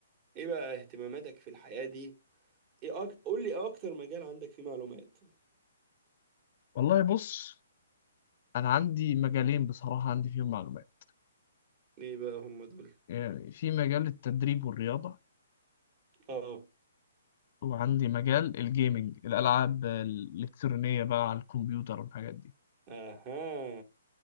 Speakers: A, on the right; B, on the left.
A: ايه بقى اهتماماتك في الحياة دي ايه أك... قول لي ايه اكتر مجال عندك فيه معلومات
B: والله بص انا عندي مجالين بصراحة عندي فيهم معلومات
A: ايه بقى هم دول
B: يعني في مجال التدريب والرياضة
A: اه
B: وعندي مجال الجيمنج الألعاب الإلكترونية بقى على الكمبيوتر والحاجات دي
A: اها